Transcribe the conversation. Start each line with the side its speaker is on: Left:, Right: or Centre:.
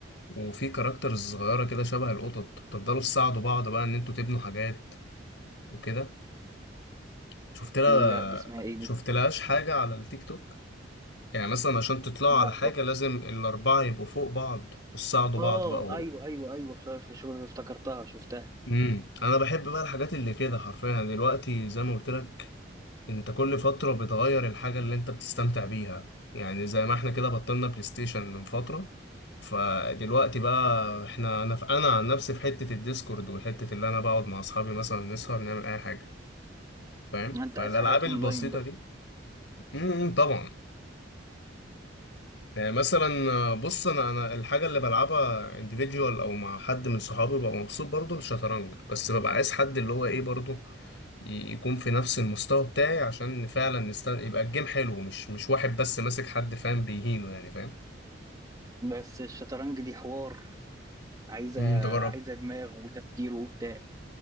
Left: وفي كاركترز صغيرة كده شبه القطط بتفضلوا تساعدوا بعض بقى إن انتوا تبنوا حاجات وكده شفت لها
Right: لا دي اسمها ايه
Left: شفت
Right: دي؟
Left: لهاش حاجة على التيك توك يعني مثلا عشان تطلعوا
Right: لا
Left: على حاجة لازم الأربعة يبقوا فوق بعض وتساعدوا
Right: اه
Left: بعض بقى و...
Right: ايوه ايوه ايوه ف- فش- افتكرتها شفتها
Left: مم. أنا بحب بقى الحاجات اللي كده حرفيا دلوقتي زي ما قلت لك انت كل فترة بتغير الحاجة اللي انت بتستمتع بيها يعني زي ما احنا كده بطلنا بلاي ستيشن من فترة فدلوقتي بقى احنا انا في انا عن نفسي في حتة الديسكورد والحتة اللي انا بقعد مع اصحابي مثلا نسهر نعمل اي حاجة فاهم
Right: انت
Left: فالالعاب
Right: عايز حاجات
Left: البسيطة
Right: اونلاين بقى
Left: دي امم طبعا يعني مثلا بص انا انا الحاجه اللي بلعبها individual او مع حد من صحابي ببقى مبسوط برضو الشطرنج بس ببقى عايز حد اللي هو ايه برضو ي- يكون في نفس المستوى بتاعي عشان فعلا نست... يبقى الجيم حلو مش مش واحد بس ماسك حد فاهم بيهينه يعني فاهم
Right: بس الشطرنج دي حوار عايزه
Left: امم تجرب
Right: عايزه دماغ وتفكير وبتاع